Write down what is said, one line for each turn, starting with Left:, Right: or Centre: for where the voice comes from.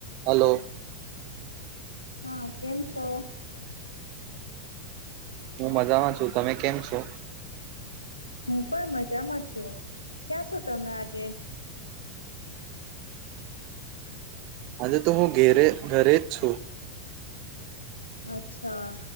Right: હાલો.
Left: હા કેમ છો?
Right: હું મજામાં છું, તમે કેમ છો?
Left: હું પણ મજામાં છું, ક્યાં છો તમે આજે?
Right: આજે તો હું ઘેરે, ઘરે જ છું.
Left: અચ્છા